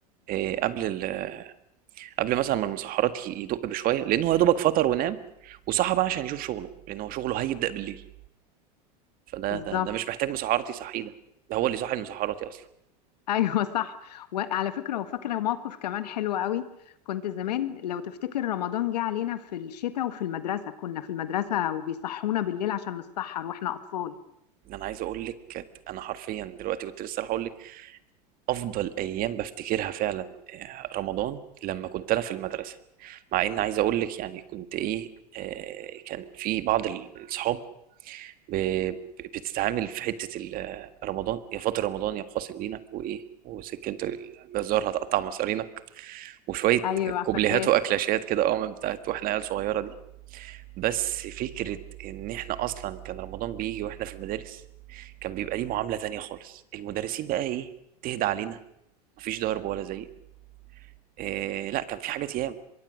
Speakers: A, on the right; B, on the left.
A: آه، قبل ال- قبل مثلا ما المسحرات ي- يدق بشويه لان هو يا دوبك فطر ونام وصحى بقى عشان يشوف شغله لان هو شغله هيبدا بالليل فده
B: بالظبط
A: ده ده مش محتاج مسحراتي صحيه ده ده هو اللي صاحي المسحراتي اصلا
B: ايوه صح وعلى فكره وفاكره موقف كمان حلو قوي كنت زمان لو تفتكر رمضان جه علينا في الشتاء وفي المدرسه كنا في المدرسه وبيصحونا بالليل عشان نتسحر واحنا اطفال
A: ان انا عايز اقول لك كانت- انا حرفيا دلوقتي كنت لسه هقول لك افضل ايام بفتكرها فعلا آه، رمضان لما كنت انا في المدرسه مع ان عايز اقول لك يعني كنت ايه آه، كان في بعض الاصحاب ب- بتتعامل في حته ال- آه، رمضان يا فاطر رمضان يا مقاسم دينك وايه وسكه الجزار هتقطع مصارينك وشويه
B: ايوه
A: كوبليهات
B: فاكراه
A: واكلاشات كده اه من بتاعت واحنا عيال صغيره دي بس فكرة إن إحنا أصلا كان رمضان بيجي وإحنا في المدارس كان بيبقى ليه معاملة تانية خالص المدرسين بقى إيه تهدى علينا مفيش ضرب ولا زعيق إيه لا كان في حاجات ياما